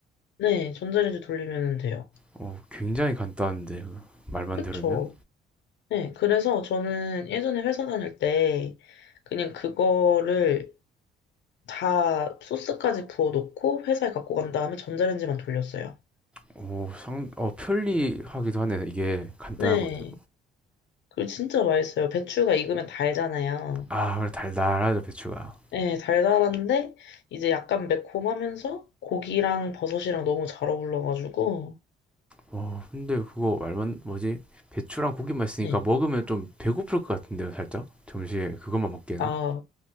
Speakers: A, on the left; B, in the centre.
A: 네, 전자레인지 돌리면 돼요.
B: 어, 굉장히 간단한데 말만
A: 그쵸.
B: 들으면
A: 네, 그래서 저는 예전에 회사 다닐 때 그냥 그거를 다 소스까지 부어 놓고 회사에 갖고 간 다음에 전자레인지만 돌렸어요.
B: 오, 상, 어, 편리하기도 하네. 이게 간단한
A: 네,
B: 것들.
A: 그거 진짜 맛있어요. 배추가 익으면 달잖아요.
B: 아, 그래, 달달하죠, 배추가.
A: 네, 달달한데 이제 약간 매콤하면서 고기랑 버섯이랑 너무 잘 어울러가지고
B: 어, 근데 그거 말만 뭐지? 배추랑 고기만 있으니까
A: 네.
B: 먹으면 좀 배고플 것 같은데요, 살짝? 점심에 그것만 먹기에는.
A: 아,